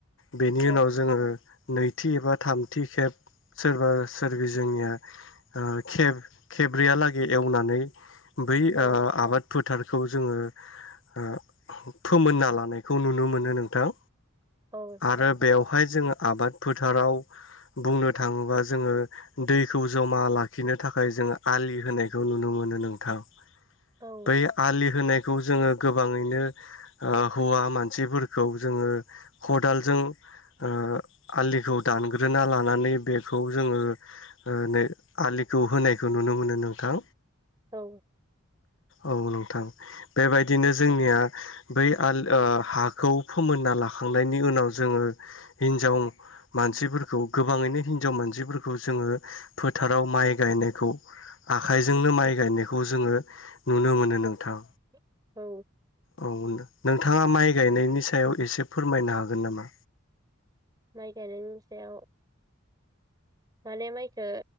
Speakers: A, on the left; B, on the right.
A: बेनि
B: औ
A: उनाव जोङो नैथि एबा थामथि खेब सोरबा सोरबि जोंनियाब ओ खेब खेब्रैयालागै एवनानै बै
B: औ
A: ओ आबाद। फोथारखौ जोङो ओ फोमोनना ला नायखौ नुनो मोनो नोंथां।
B: औ
A: आरो
B: नोंथां
A: बेवहाय जोङो आबाद फोथाराव बुंनो थाङोबा जोङो दैखौ जमा लाखिनो थाखाय जोङो आलि होनायखौ नुनो मोनो नोंथां।
B: औ
A: बै आलि होनाय बेखौ जोङो गोबाङैनो ओ हौवा मानसिफोरखौ जोङो खदालजों ओ आलिखौ दानग्रोना लानानै बेखौ जोङो ओ नै आलिखौ होनायखौ नुनो मोनो नोंथां।
B: औ
A: औ नोंथां बेबायदिनो जोंनिया बै आल हाखौ फोमोनना लाखांनायनि उनाव जोङो हिनजाव मानसिफोरखौ गोबाङैनो हिनजाव मानसिफोरखौ जोङो फोथाराव माइ गायनायखौ आखाइजोंनो माइ गायनायखौ जोङो नुनो मोनो
B: औ
A: नोंथां
B: औ
A: औ। नोंथाङा माइ गायनायनि सायाव एसे फोरमायनो हागोन नामा?
B: माइ गायनायनि सायाव माने माइखो